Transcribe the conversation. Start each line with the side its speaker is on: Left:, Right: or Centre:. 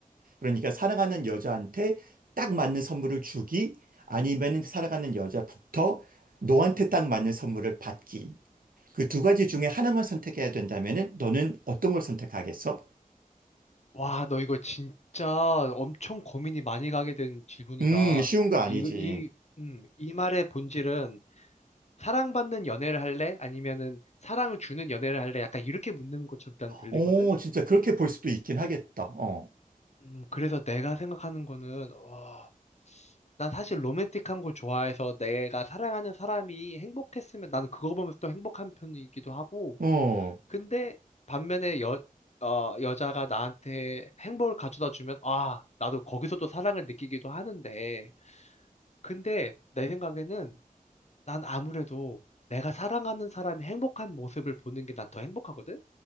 Right: 그러니까 사랑하는 여자한테 딱 맞는 선물을 주기 아니면 사랑하는 여자부터 너한테 딱 맞는 선물을 받기. 그 두 가지 중에 하나만 선택해야 된다면은 너는 어떤 걸 선택하겠어?
Left: 와, 너 이거 진짜 엄청 고민이 많이 가게 된 질문이다.
Right: 음, 쉬운 거 아니지.
Left: 이거, 이, 음, 이 말의 본질은 사랑받는 연애를 할래? 아니면은 사랑을 주는 연애를 할래? 약간 이렇게 묻는 것처럼 일단 들리거든?
Right: 어, 진짜 그렇게 볼 수도 있긴 하겠다. 어,
Left: 음, 그래서 내가 생각하는 거는, 와, 난 사실 로맨틱한 걸 좋아해서 내가 사랑하는 사람이 행복했으면 나는 그거 보면서 또 행복한 편이기도 하고,
Right: 어,
Left: 근데 반면에 여, 어, 여자가 나한테 행복을 가져다 주면, 아, 나도 거기서 또 사랑을 느끼기도 하는데, 근데 내 생각에는 난 아무래도 내가 사랑하는 사람이 행복한 모습을 보는 게 난 더 행복하거든?